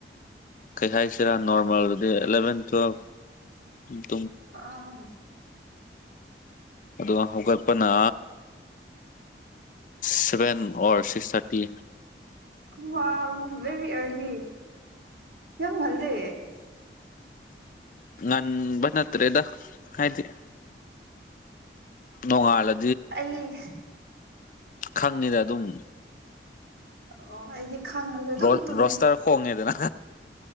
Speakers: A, on the left; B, on the right.
A: ꯀꯩ ꯍꯥꯏꯁꯤꯔꯥ ꯅꯣꯔꯃꯦꯜꯗꯨꯗꯤ ꯑꯦꯂꯚꯦꯟ ꯇꯨꯋꯦꯜ ꯎ
B: ꯑꯥ
A: ꯑꯣ ꯍꯧꯒꯜꯄꯅ ꯁꯚꯦꯟ ꯑꯣꯔ ꯁꯤꯛꯁ ꯊꯥꯔꯇꯤ
B: ꯋꯥ ꯎꯃꯦꯦꯕꯤ ꯑꯔꯂꯤ ꯌꯃ ꯃꯜꯗꯦ
A: ꯉꯥꯟ ꯅꯠꯇ꯭ꯔꯦꯗ ꯍꯥꯏꯗꯤ ꯅꯣꯡꯉꯥꯂ
B: ꯑꯩ
A: ꯈꯪꯉꯤꯗ ꯑꯗꯨꯝ
B: ꯑꯣ ꯑꯩꯗꯤ ꯈꯪꯉꯁꯨ ꯑꯗꯨꯝ
A: ꯔ
B: ꯇꯨꯝꯃꯦ
A: ꯔꯁ ꯇꯥ ꯈꯣꯡꯉꯦꯗꯅ